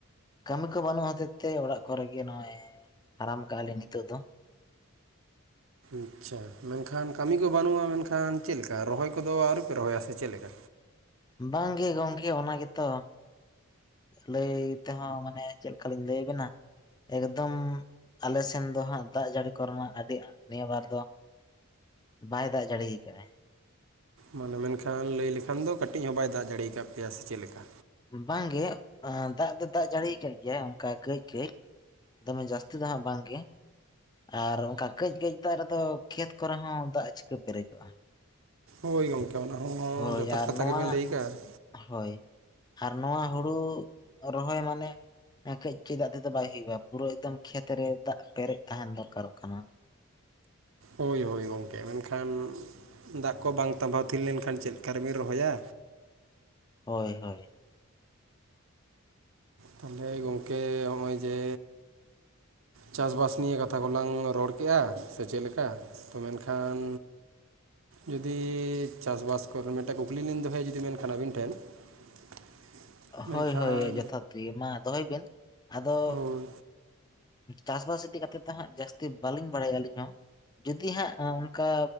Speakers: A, on the left (about 20°); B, on the right (about 65°).
A: ᱠᱟᱹᱢᱤ ᱠᱚ ᱵᱟᱹᱱᱩᱜ ᱦᱚᱛᱮᱫ ᱛᱮ ᱚᱲᱟᱜ ᱠᱚᱨᱮᱜᱮ ᱱᱚᱜᱼᱚᱭ ᱟᱨᱟᱢ ᱟᱠᱟᱜᱼᱟ ᱞᱤᱧ ᱱᱤᱛᱚᱜ ᱫᱚ
B: ᱟᱪᱪᱷᱟ ᱢᱮᱱᱠᱷᱟᱱ ᱠᱟᱹᱢᱤ ᱠᱚ ᱵᱟᱹᱱᱩᱜᱼᱟ ᱢᱮᱱᱠᱷᱟᱱ ᱪᱮᱫ ᱞᱮᱠᱟ ᱨᱚᱦᱚᱭ ᱠᱚᱫᱚ ᱟᱹᱣᱨᱤ ᱯᱮ ᱨᱚᱦᱚᱭᱟ ᱥᱮ ᱪᱮᱫ ᱞᱮᱠᱟ
A: ᱵᱟᱝ ᱜᱮ ᱜᱚᱝᱠᱮ ᱚᱱᱟ ᱜᱮᱛᱚ ᱞᱟᱹᱭ ᱛᱮᱦᱚᱸ ᱢᱟᱱᱮ ᱪᱮᱫ ᱞᱮᱠᱟᱞᱤᱧ ᱞᱟᱹᱭ ᱟᱹᱵᱤᱱᱟ ᱮᱠᱫᱚᱢ ᱟᱞᱮ ᱥᱮᱱ ᱫᱚ ᱦᱟᱸᱜ ᱫᱟᱜ ᱡᱟᱹᱲᱤ ᱠᱚᱨᱮᱢᱟ ᱟᱹᱰᱤ ᱱᱤᱭᱟᱹ ᱵᱟᱨ ᱫᱚ ᱵᱟᱭ ᱫᱟᱜ ᱡᱟᱹᱲᱤ ᱟᱠᱟᱫᱟᱭ
B: ᱢᱟᱱᱮ ᱢᱮᱱᱠᱷᱟᱱ ᱞᱟᱹᱭ ᱞᱮᱠᱷᱟᱱ ᱫᱚ ᱠᱟᱹᱴᱤᱡ ᱦᱚᱸ ᱵᱟᱭ ᱫᱟᱜ ᱡᱟᱹᱲᱤ ᱟᱠᱟᱫ ᱯᱮᱭᱟ ᱥᱮ ᱪᱮᱫ ᱞᱮᱠᱟ
A: ᱵᱟᱝᱜᱮ ᱫᱟᱜ ᱫᱚ ᱫᱟᱜ ᱡᱟᱹᱲᱤᱭᱟᱠᱟᱜ ᱜᱮᱭᱟ ᱚᱱᱠᱟ ᱠᱟᱹᱡᱼᱠᱟᱹᱡ ᱫᱚᱢᱮ ᱡᱟᱹᱥᱛᱤ ᱫᱚ ᱦᱟᱸᱜ ᱵᱟᱝᱜᱮ ᱟᱨ ᱚᱱᱠᱟ ᱠᱟᱹᱡᱼᱠᱟᱹᱡ ᱫᱟᱜ ᱨᱮᱫᱚ ᱠᱷᱮᱛ ᱠᱚᱨᱮ ᱦᱚᱸ ᱫᱟᱜ ᱪᱤᱠᱟᱹ ᱯᱮᱨᱮᱡᱚᱜᱼᱟ
B: ᱦᱳᱭ ᱜᱚᱢᱠᱮ ᱚᱱᱟ ᱦᱚᱸ
A: ᱦᱳᱭ
B: ᱡᱚᱛᱷᱟᱛ
A: ᱟᱨ
B: ᱠᱟᱛᱷᱟ
A: ᱱᱚᱣᱟ
B: ᱜᱮᱵᱮᱱ ᱞᱟᱹᱭ ᱟᱠᱟᱫᱼᱟ
A: ᱦᱳᱭ ᱟᱨ ᱱᱚᱣᱟ ᱦᱳᱲᱳ ᱨᱚᱦᱚᱭ ᱢᱟᱱᱮ ᱠᱟᱹᱡᱼᱠᱟᱹᱡ ᱫᱟᱜ ᱛᱮᱫᱚ ᱵᱟᱭ ᱦᱩᱭᱩᱜᱼᱟ ᱯᱩᱨᱟᱹ ᱮᱫᱠᱚᱢ ᱠᱷᱮᱛ ᱨᱮ ᱫᱟᱜ ᱯᱮᱨᱮᱡ ᱛᱟᱦᱮᱱ ᱫᱚᱨᱠᱟᱨᱚᱜ ᱠᱟᱱᱟ
B: ᱦᱳᱭ ᱦᱳᱭ ᱜᱚᱝᱠᱮ ᱢᱮᱱᱠᱷᱟᱱ ᱫᱟᱜ ᱠᱚ ᱵᱟᱝ ᱛᱟᱸᱵᱟᱣ ᱛᱷᱤᱨ ᱞᱮᱱᱠᱷᱟᱱ ᱪᱮᱫ ᱞᱮᱠᱟ ᱨᱮᱵᱤᱱ ᱨᱚᱦᱚᱭᱟ
A: ᱦᱳᱭ ᱦᱳᱭ
B: ᱛᱟᱦᱚᱞᱮ ᱜᱚᱢᱠᱮ ᱦᱚᱜᱼᱚᱭ ᱡᱮ ᱪᱟᱥ ᱵᱟᱥ ᱱᱤᱭᱟᱹ ᱠᱟᱛᱷᱟ ᱠᱚᱞᱟᱝ ᱨᱚᱲ ᱠᱮᱫᱼᱟ ᱥᱮ ᱪᱮᱫ ᱞᱮᱠᱟ ᱛᱚ ᱢᱮᱱᱠᱷᱟᱱ ᱡᱩᱫᱤ ᱪᱟᱥᱵᱟᱥ ᱠᱚᱨᱮ ᱢᱤᱫᱴᱟᱝ ᱠᱩᱠᱞᱤ ᱞᱤᱧ ᱫᱚᱦᱚᱭᱟ ᱡᱩᱫᱤ ᱢᱮᱱᱠᱷᱟᱱ ᱟᱹᱵᱤᱱ ᱴᱷᱮᱱ <unintelligible> ᱢᱮᱱᱠᱷᱟᱱ
A: ᱦᱳᱭ ᱦᱳᱭ ᱡᱚᱛᱷᱟᱛ ᱜᱮ ᱢᱟ ᱫᱚᱦᱚᱭ ᱵᱤᱱ ᱟᱫᱚ
B: ᱦᱳᱭ
A: ᱪᱟᱥᱵᱟᱥ ᱤᱫᱤ ᱠᱟᱛᱮᱜ ᱫᱚ ᱦᱟᱜ ᱡᱟᱹᱥᱛᱤ ᱵᱟᱹᱞᱤᱧ ᱵᱟᱲᱟᱭᱟ ᱟᱹᱞᱤᱧ ᱦᱚᱸ ᱡᱩᱫᱤ ᱦᱟᱸᱜ ᱚᱱᱠᱟ